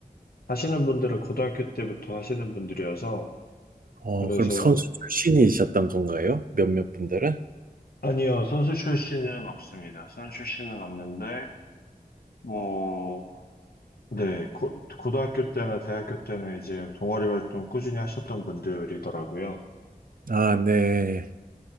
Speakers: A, on the left; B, on the right.
A: 하시는 분들은 고등학교 때부터 하시는 분들이어서,
B: 어,
A: 그래서,
B: 그럼 선수 출신이셨던 건가요? 몇몇 분들은?
A: 아니요, 선수 출신은 없습니다. 선수 출신은 없는데, 뭐, 네, 고, 고등학교 때나 대학교 때나 이제 동아리 활동 꾸준히 하셨던 분들이더라고요.
B: 아, 네.